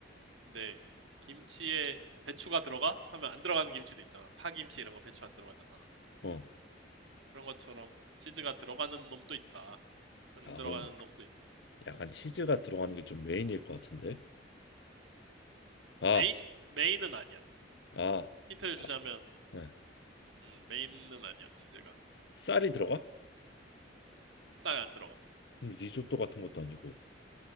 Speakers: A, on the right (about 80°); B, on the left (about 65°).
A: 근데 김치에 배추가 들어가? 하면 안 들어가는 김치도 있잖아. 파김치 이런 거 배추 안 들어가잖아.
B: 어.
A: 그런 것처럼 치즈가 들어가는 놈도 있다. 안
B: 아,
A: 들어가는
B: 그럼
A: 놈도 있다.
B: 약간 치즈가 들어가는 게 좀 메인일 것 같은데. 아,
A: 메인, 메인은 아니야.
B: 아,
A: 힌트를
B: 바-
A: 주자면,
B: 네.
A: 음, 메인은 아니야, 치즈가.
B: 쌀이 들어가?
A: 싹 안 들어가.
B: 그럼 리조또 같은 것도 아니고